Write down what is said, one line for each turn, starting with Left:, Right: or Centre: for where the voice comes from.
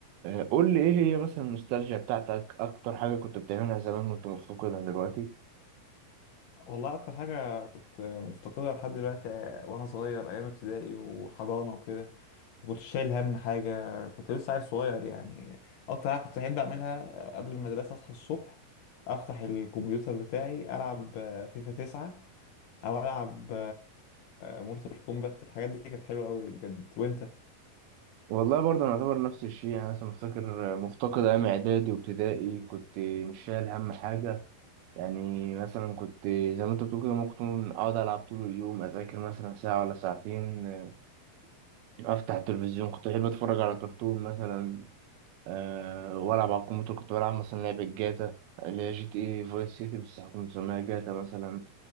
Right: آه، قول لي ايه هي مثلا النوستالجيا بتاعتك اكتر حاجه كنت بتعملها زمان وانت مفتقدها دلوقتي
Left: والله اكتر حاجه كنت مفتقدها لحد دلوقتي وانا صغير ايام ابتدائي وحضانه وكده ما كنتش شايل هم حاجه كنت لسه عيل صغير يعني اكتر حاجه كنت بحب اعملها قبل المدرسه اصحى الصبح افتح الكمبيوتر بتاعي العب فيفا 9 او العب مورتال كومبات الحاجات دي كانت حلوه قوي بجد وانت
Right: والله برضه انا اعتبر نفس الشيء يعني مثلا مفتكر مفتقد ايام اعدادي وابتدائي كنت مش شايل هم حاجه يعني مثلا كنت زي ما انت بتقول كده ممكن اقعد العب طول اليوم اذاكر مثلا ساعه ولا ساعتين آه، افتح التلفزيون كنت بحب اتفرج على كرتون مثلا أه والعب على الكمبيوتر كنت بلعب مثلا لعبه جاتا اللي هي جي تي اي فايس سيتي بس كنت مسميها جاتا مثلا